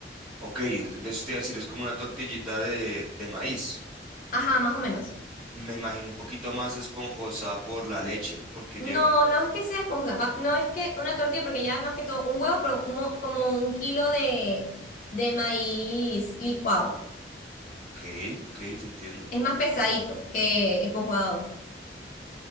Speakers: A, in the centre; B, on the left.
A: Ok, de eso te iba a decir, es como una tortillita de, de maíz.
B: Ajá, más o menos.
A: Me imagino un poquito más esponjosa por la leche, porque
B: No,
A: yo...
B: no es que sea esponjosa, va- no es que una tortilla, porque ya más que todo un huevo, pero un mo- como un kilo de, de maíz licuado.
A: Ok, ok, te entiendo.
B: Es más pesadito que esponjado.